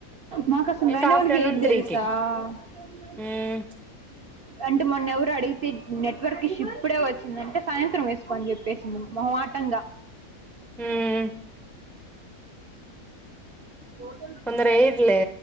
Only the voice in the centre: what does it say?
ఇంకా
ఆఫ్టర్నూన్
త్రీకి
మ్మ్
మ్మ్
కొందర ఏయిర్లే